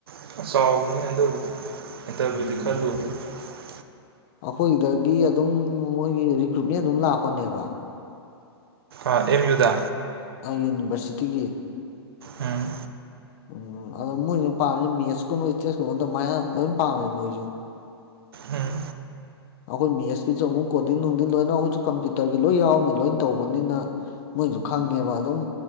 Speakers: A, on the right; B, on the left.
A: ꯁꯥꯥꯎꯐꯅꯤ ꯏꯟꯗꯔ ꯏꯟꯇꯔꯚ꯭ꯨ
B: ꯎꯝ
A: ꯂ
B: ꯑꯩꯈꯣꯏꯗꯒꯤ ꯑꯗꯨꯝ ꯃꯣꯏꯒꯤ ꯔꯤꯀ꯭ꯔꯨꯏꯠꯃꯦꯟ ꯑꯗꯨꯝ ꯂꯥꯛꯄꯅꯦꯕ
A: ꯑꯦꯝ ꯌꯨꯗ
B: ꯌꯨꯅꯤꯚꯔꯁꯤꯇꯤꯒꯤ
A: ꯎꯝ
B: ꯎꯝ ꯑꯗꯣ ꯃꯣꯏꯁꯨ ꯄꯥꯝꯃꯤ ꯃꯦꯠꯁꯀꯨꯝꯕꯁ ꯇꯦꯁꯀꯨꯝꯕ ꯑꯗꯨꯃꯥꯏꯅ ꯂꯣꯏ ꯄꯥꯝꯃꯦ ꯃꯣꯏꯁꯨ
A: ꯎꯝ
B: ꯑꯩꯈꯣꯏ ꯃꯦꯁꯀꯤ ꯆ ꯑꯃꯨꯛ ꯀꯣꯗꯤꯡ ꯅꯨꯡꯗꯤꯡ ꯂꯣꯏꯅ ꯑꯩꯈꯣꯏꯁꯨ ꯀꯝꯄ꯭ꯌꯨꯇꯔꯒꯤ ꯂꯣꯏ ꯌꯥꯎꯕꯅꯤ ꯂꯣꯏꯅ ꯇꯧꯕꯅꯤꯅ ꯃꯣꯏꯁꯨ ꯈꯪꯉꯦꯕ ꯑꯗꯨꯝ